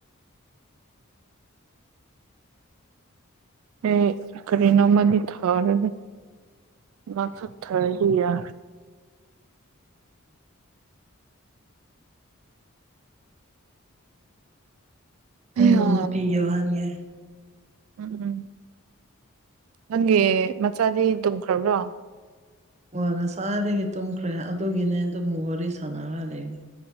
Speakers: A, on the right; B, on the right.
A: ꯑꯩ ꯀꯔꯤꯅꯥꯃꯗꯤ ꯊꯥꯔ ꯃꯥꯊ ꯊꯔ ꯍ ꯌꯥ ꯑꯌꯥ
B: ꯏ ꯅꯣꯅꯨ ꯄꯤꯣ ꯍꯥꯏꯒ
A: ꯎꯝ ꯎꯝ ꯅꯪꯒꯤ ꯃꯆꯥꯗꯤ ꯇꯨꯝꯈ꯭ꯔꯕ꯭ꯔꯣ
B: ꯍꯣꯏ ꯉꯁꯥꯏꯗꯒꯤ ꯇꯨꯝꯈ꯭ꯔꯦ ꯑꯗꯨꯒꯤꯅꯦ ꯑꯗꯨꯝ ꯋꯥꯔꯤ ꯁꯥꯟꯅꯔ ꯂꯩꯗꯣ